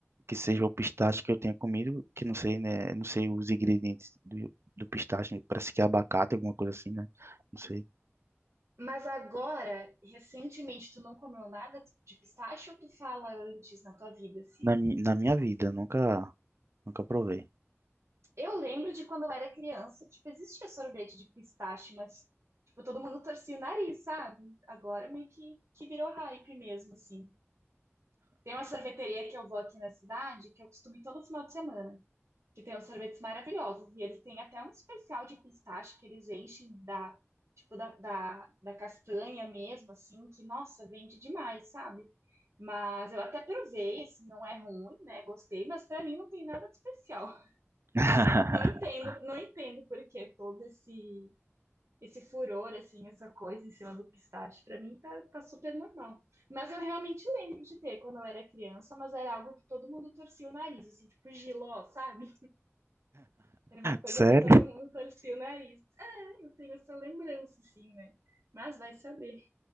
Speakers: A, on the right; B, on the right.
A: que seja o pistache que eu tenha comido, que não sei, né? Não sei os ingredientes do, do pistache, né, parece que é abacate, alguma coisa assim, né? Não sei.
B: Mas agora, recentemente, tu não comeu nada de pistache ou tu fala antes na tua vida, assim?
A: Na, mi- na minha vida, nunca, nunca provei.
B: Eu lembro de quando eu era criança, tipo, existia sorvete de pistache, mas, tipo, todo mundo torcia o nariz, sabe? Agora meio que, que virou hype mesmo, assim. Tem uma sorveteria que eu vou aqui na cidade, que eu costumo ir todo final de semana, que tem uns sorvetes maravilhosos. E eles têm até um especial de pistache que eles enchem da, tipo, da, da, da castanha mesmo, assim, que, nossa, vende demais, sabe? Mas eu até provei, assim, não é ruim, né? Gostei, mas pra mim não tem nada de especial.
A: <laughs>
B: Não entendo, não entendo por que todo esse esse furor, assim, essa coisa em cima do pistache, pra mim tá, tá super normal. Mas eu realmente lembro de ter quando eu era criança, mas era algo que todo mundo torcia o nariz, assim, tipo giló, sabe? Era uma coisa
A: Sério?
B: que todo mundo torcia o nariz. Ah, Eu tenho essa lembrança, assim, né? Mas vai saber.